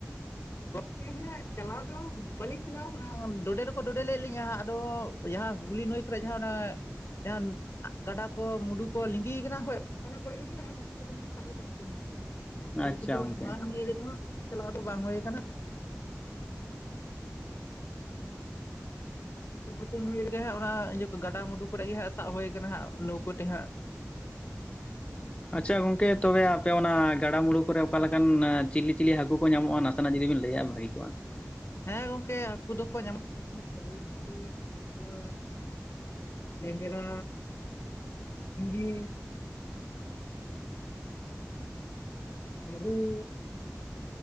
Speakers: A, on the left; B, on the left.
A: <unintelligible> ᱪᱟᱞᱟᱣ ᱫᱚ ᱵᱟᱹᱞᱤᱧ ᱪᱟᱞᱟᱣ ᱠᱟᱱᱟ ᱰᱚᱰᱮ ᱫᱚᱠᱚ ᱰᱚᱰᱮ ᱞᱮᱫ ᱞᱤᱧᱟ ᱟᱫᱚ ᱡᱟᱦᱟᱸ ᱦᱩᱜᱽᱞᱤ ᱱᱟᱹᱭᱼᱼ ᱠᱚᱨᱮ ᱡᱟᱦᱟᱸ ᱚᱱᱮᱼᱼ ᱡᱟᱦᱟᱸ ᱜᱟᱰᱟ ᱠᱚ ᱢᱩᱰᱩ ᱠᱚ ᱞᱤᱸᱜᱤ ᱠᱟᱱᱟ ᱦᱳ ᱚᱱᱟ ᱠᱚᱨᱮ ᱦᱟᱠᱩ <inaudible> ᱥᱟᱵ ᱠᱟᱫ ᱠᱚ᱾ ᱟᱫᱚ
B: ᱟᱪᱪᱷᱟ
A: ᱠᱤᱱᱛᱩ
B: ᱜᱚᱝᱠᱮ
A: ᱢᱟᱱ ᱱᱤᱭ ᱨᱮᱫᱚ ᱦᱟᱸᱜ ᱪᱟᱞᱟᱣ ᱫᱚ ᱵᱟᱝ ᱦᱩᱭ ᱠᱟᱱᱟ᱾ <unintelligible> ᱚᱱᱟ ᱤᱭᱟᱹ ᱜᱟᱰᱟᱢᱩᱰᱩ ᱠᱚᱨᱮ ᱜᱮ ᱦᱟᱸᱜ ᱥᱟᱵ ᱦᱩᱭ ᱠᱟᱱᱟ ᱦᱟᱸᱜ ᱞᱟᱹᱣᱠᱟᱹ ᱛᱮ ᱦᱟᱸᱜ᱾
B: ᱟᱪᱪᱷᱟ ᱜᱚᱝᱠᱮ ᱛᱚᱵᱮ ᱟᱯᱮ ᱚᱱᱟ ᱜᱟᱰᱟ ᱢᱩᱩᱲᱩ ᱠᱚᱨᱮ ᱚᱠᱟᱞ ᱞᱮᱠᱟᱱ ᱪᱤᱞᱤ ᱪᱤᱞᱤ ᱦᱟᱹᱠᱩ ᱠᱚ ᱧᱟᱢᱚᱜᱼᱟ ᱱᱟᱥᱼᱼ ᱱᱟᱥᱮ ᱱᱟ ᱡᱩᱫᱤᱵᱤᱱ ᱞᱟᱹᱭᱟ ᱠᱮᱜ-ᱟ ᱵᱷᱟᱹᱜᱤ ᱠᱚᱜᱼᱟ?
A: ᱦᱮᱸ ᱜᱚᱝᱠᱮ ᱦᱟᱹᱠᱩ ᱫᱚᱠᱚ ᱧᱟᱢᱚᱜ <unintelligible> ᱨᱩᱭ ᱠᱟᱯᱞᱟ᱾ ᱞᱮᱸᱧᱡᱨᱟ, ᱥᱤᱸᱜᱤ᱾ ᱢᱟᱜᱩᱨ᱾